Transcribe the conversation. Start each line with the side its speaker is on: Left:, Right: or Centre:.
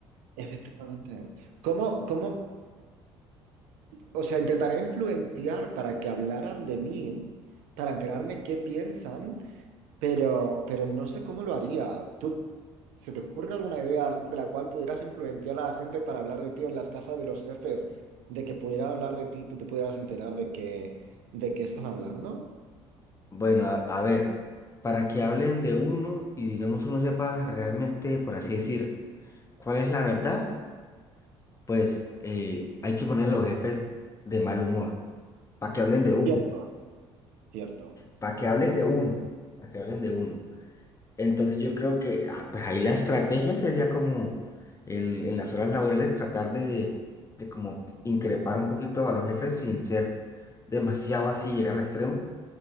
Right: Efectivamente. ¿Cómo, cómo, o sea, intentaría influenciar para que hablaran de mí, para enterarme qué piensan Pero, pero no sé cómo lo haría. ¿Tú se te ocurre alguna idea de la cual pudieras influenciar a la gente para hablar de ti en las casas de los jefes, de que pudieran hablar de ti, y tú te pudieras enterar de que, de qué están hablando?
Left: Bueno, a, a ver, para que hablen de uno y digamos uno sepa realmente, por así decir, cuál es la verdad, pues eh, hay que poner a los jefes de mal humor, para que hablen de uno,
Right: Cierto. Cierto.
Left: para que hablen de uno, para que hablen de uno. Entonces yo creo que ah, pues ahí la estrategia sería como el- en las horas laborales tratar de, de como increpar un poquito a los jefes sin ser demasiado así, llegar al extremo,